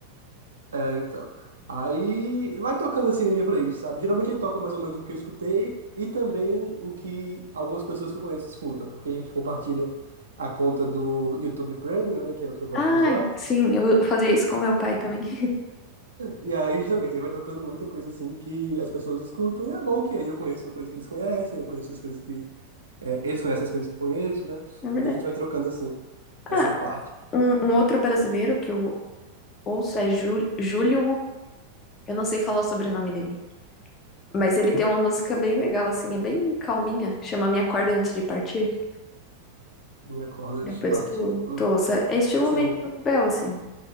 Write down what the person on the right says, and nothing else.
É, então. Aí vai tocando assim na minha playlist, sabe? Geralmente ele toca mais ou menos o que eu escutei e também o que algumas pessoas que eu conheço escutam, porque a gente compartilha a conta do YouTube Premium, né, que é o que eu gosto
de usar.
E aí, justamente, ele vai tocando muita coisa assim que as pessoas escutam, e é bom que aí eu conheço uma coisa que eles conhecem, eu conheço as coisas que. é, eles conhecem as coisas que eu conheço, né?
E a gente vai trocando assim, essa
parte.
Minha corda antes
de partir.
Hum,
Sim,